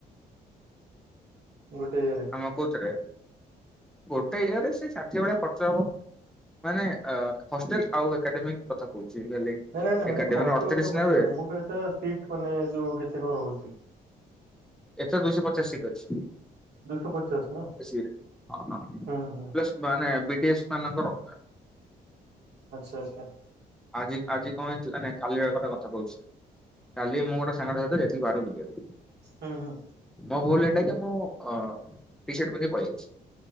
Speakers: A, on the right; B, in the centre.
A: ଗୋଟେ ଇଏରେ
B: ତମ କହୁଥିରେ ଗୋଟେ ଇଏରେ ସେ ଚା ସେଇ ଭଳିଆ ଖର୍ଚ୍ଚ ହବ ମାନେ ହଷ୍ଟେଲ ଆଉ ଏକାଡେମିକ କଥା କହୁଛି ଖାଲି
A: ନାଇଁ ନାଇଁ ନାଇଁ ମାନେ
B: ଏକାଡେମି
A: ଖର୍ଚ୍ଚ
B: ଅଠତିରିଶ
A: କଥା ପଚାରୁନି
B: ନେବେ
A: ମୁଁ କହିବା କଥା ସିଟ ମାନେ ଯୋଉ କେତେ କଣ ରହୁଛି?
B: ଏଥର ଦୁଇଶହ ପଚାଶ ସିଟ ଅଛି।
A: ଦୁଇଶହ ପଚାଶ ନା
B: ସିଏ ହଁ ହଁ
A: ହୁଁ ହୁଁ
B: ଗେଶ୍ ମାନେ ବିଗେଶ୍ ମାନଙ୍କର ଅଲଗା।
A: ଆଚ୍ଛା ଆଚ୍ଛା।
B: ଆଜି ଆଜି କଣ ହେଇଥିଲା ନାଇ କାଲି ଆଡ ଗୋଟେ କଥା କହୁଚି। କାଲି ମୁଁ ଗୋଟେ ସାଙ୍ଗଟା ସହିତ ଯାଇଥିଲି ବାହାରକୁ ବୁଲିବାକୁ।
A: ହୁଁ ହୁଁ।
B: ମୋ ଭୁଲ ଏଟା କି ମୁଁ ଅ ଟି ସାର୍ଟ ପିନ୍ଧିକି ପଳେଇଯାଇଚି।